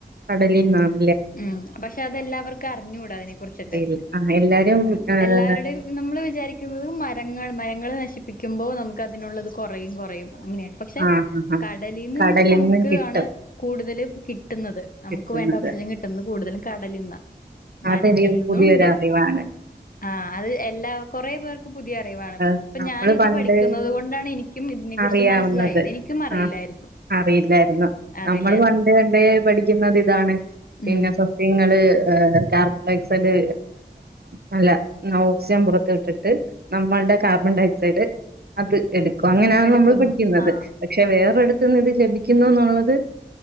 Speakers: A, on the right; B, on the left.
A: കടലി നാണ്
B: ഉം പക്ഷെ അതെല്ലാവർക്കും അറിഞ്ഞൂടാ അതിനെ കുറിച്ചിട്ട്
A: അറിയില്ല ആഹ് എല്ലാരും
B: ആ
A: ഏഹ്
B: എല്ലാവരുടെയും നമ്മള് വിചാരിക്കുന്നത് മരങ്ങൾ മരങ്ങൾ നശിപ്പ പിക്കുമ്പോ നമുക്ക് അതിനുള്ളത് കുറയും കുറയും അങ്ങനെയാണ് പക്ഷെ
A: ആഹ് ആഹ് ആഹ്
B: കടലിൽ നിന്ന്
A: കടലിന്ന്
B: നമുക്ക്
A: കിട്ടും
B: ആണ് കൂടുതലും കി നമുക്ക്
A: കിട്ടുന്നത്
B: വേണ്ട ഓക്സിജൻ കിട്ട കൂടുതലും കടലന്ന് മരങ്ങളിൽ
A: അതൊരു
B: നിന്നും
A: പുതിയൊരു
B: ഉണ്ട്
A: അറിവാണ്
B: ആ അത് എല്ലാ കൊറെ പേർക്കും പുതിയ അറിവാണ്
A: ആഹ്
B: ഇപ്പൊ
A: നമ്മള്
B: ഞാൻ ഇത്
A: പണ്ട്
B: പഠിക്കുന്നുന്നത് കൊണ്ടാണ് എനിക്കും അതിനെ കുറിച്ച്
A: അറിയാവുന്നത്
B: മനസ്സിലായത് എനിക്കും അറിയില്ലായിരുന്നു
A: ആഹ് അറിയില്ലായിരുന്നു
B: അറിയില്ലായിരുന്നു
A: നമ്മൾ വണ്ട കണ്ട പഠിക്കുന്നുന്നത് ഇതാണ് പിന്നെ
B: ഉം
A: സസ്യങ്ങള് ഹ കാർബൺ ഡൈ ഓക്സൈഡ് നല്ല ഓക്സിജൻ പുറത്ത ഇട്ടിട്ട് നമ്മളുടെ കാർബ ക്സഡ് അത് എടുക്കും അങ്ങനെയാണ്
B: എടുക്കുന്നു
A: നമ്മൾ പഠിക്കുന്നത്
B: ആഹ്
A: പക്ഷെ വേറെടുത്ത് കത്തുന്നത് ലഭിക്കുന്നു എന്നുള്ളത്